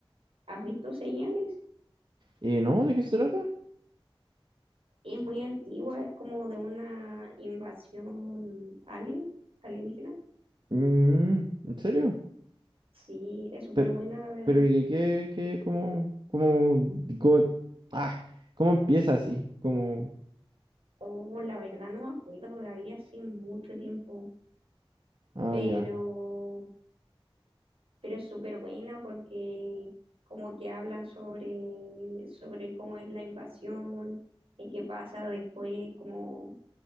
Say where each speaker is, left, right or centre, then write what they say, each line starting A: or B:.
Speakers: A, on the right; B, on the right.
A: ¿has visto señales?
B: Eh, ¿no? ¿De qué se trata?
A: Es muy antigua, es como de una invasión alien, alienígena.
B: Mm, ¿en serio?
A: Sí, es súper
B: Pero,
A: buena, la verdad.
B: pero ¿y de qué, qué, cómo, cómo, cómo- ah, cómo empieza así? Como,
A: Oh, la verdad no me acuerdo, la vi hace mucho tiempo,
B: ah,
A: pero,
B: ya.
A: pero es súper buena porque como que hablan sobre, sobre cómo es la invasión, y qué pasa después, como